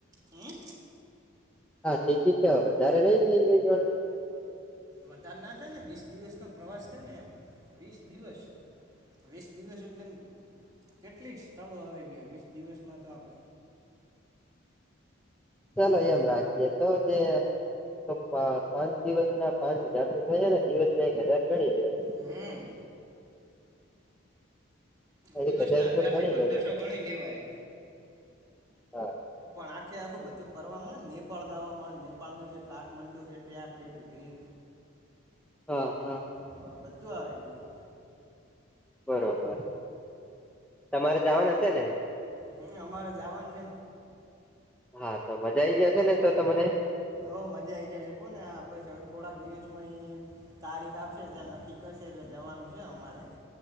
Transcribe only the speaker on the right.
હું.
વધાર ના થાય ને વીસ દિવસ નો પ્રવાસ છે ને એમ વીસ દિવસ વીસ દિવસ એટલે એમ કેટલી જ સ્થળો આવી ગયા વીસ દિવસમાં તો આપણે
દ
હું. દિવસ
ના
હજાર
થી પંદરસો
ગણી લેવાય.
પણ આખે આખું બધું ફરવા મળે નેપાળ જવા મળે નેપાળનું જે કાઠ મંડુ છે ત્યા ઠેઠ જઈ.
હા બધું આવી ગયું.
હમ અમારે જાવાનું છે ને.
હો મજા આઈ જશે કોને આ બસ હવે થોડાક દિવસમાં એ તારીખ આપશે ત્યાં નક્કી કચેરે જવાનું છે અમારે